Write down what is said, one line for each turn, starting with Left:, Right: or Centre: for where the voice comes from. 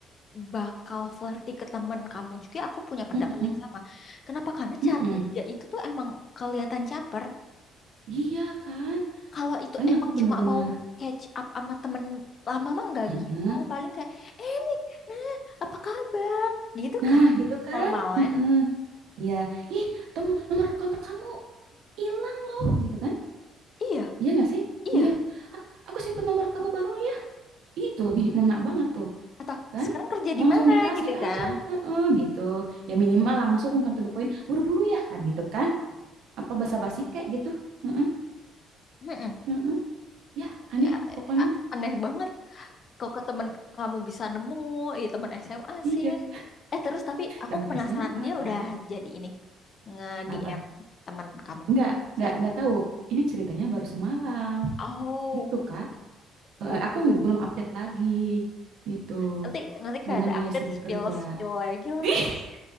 Left: bakal flirty ke temen kamu juga, aku punya pendapat
Right: Mhm,
Left: yang sama. Kenapa? Karena
Right: mhm.
Left: caranya dia itu tuh emang kelihatan caper.
Right: Iya kan?
Left: Kalau itu
Right: Makanya
Left: emang
Right: aku bener-bener.
Left: cuma mau catch up sama temen lama mah nggak
Right: heeh.
Left: gitu. Paling kayak, eh, nah, apa kabar? Gitu
Right: Nah,
Left: kak.
Right: gitu kan?
Left: Normalnya.
Right: Heeh. Iya. Ih, tom nomor kontak kamu hilang loh, gitu kan?
Left: Iya,
Right: Iya nggak sih?
Left: iya.
Right: Iya. "Ah, Aku simpen nomor kamu baru ya. Itu lebih ngena banget tuh,
Left: Atau
Right: kan?
Left: sekarang kerja di
Right: Langsung
Left: mana
Right: dikasih
Left: gitu
Right: aja,
Left: kan?
Right: heeh, gitu. Ya minimal langsung kan to the point, buru-buru ya kan gitu kan? Apa basa-basi kayak gitu? Heeh,
Left: Mm-mm.
Right: heeh. Ya, aneh
Left: Ya,
Right: lah pokoknya.
Left: a- aneh banget kok ke temen kamu bisa nemu, eh temen SMA
Right: Iya,
Left: sih. Eh terus tapi aku
Right: zaman
Left: penasaran
Right: SMA,
Left: dia
Right: Kak.
Left: udah jadi ini nge-DM
Right: Apa?
Left: temen kamu,
Right: Nggak, nggak,
Left: cewek.
Right: nggak tahu. Ini ceritanya baru semalam,
Left: Oh,
Right: gitu Kak. Eh,
Left: oh.
Right: Aku belum update lagi, gitu.
Left: Nanti nanti kalau
Right: Mana
Left: ada
Right: dia
Left: update
Right: sibuk
Left: spill
Right: kerja.
Left: spill lagi
Right: <laughs>
Left: lah.